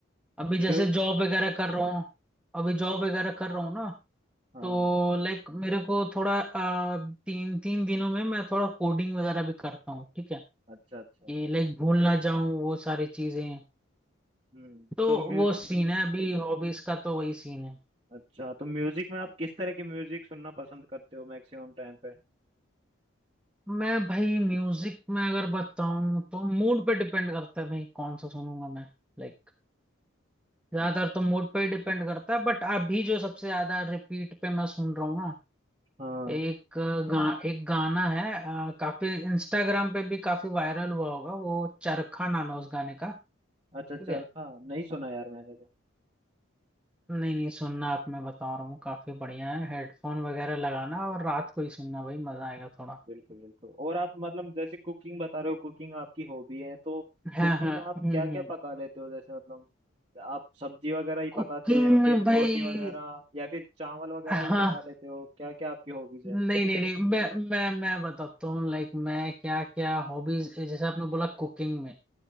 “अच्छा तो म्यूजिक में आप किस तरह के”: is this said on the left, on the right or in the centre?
Right